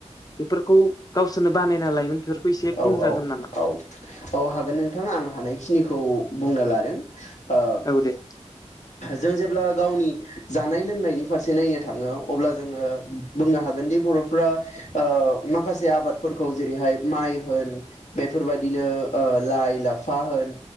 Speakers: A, on the left; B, on the left.
A: बेफोरखौ गावसोरनो बानायना लायोमोन बेफोरखौ एसे
B: औ
A: बुंजागोन नामा?
B: औ औ हागोन नोंथां आं हानायखिनिखौ बुंनो लादों। ओ
A: औ दे।
B: जों जेब्ला गावनि जानाय लोंनायनि फारसे नायनो थांङो अब्ला जोंङो बुंनो हागोनदि बरफ्रा ओ माखासे आबादफोरखौ जेरैहाय माइ होन बेफोरबायदि बिलो ओ लाय लाफा होन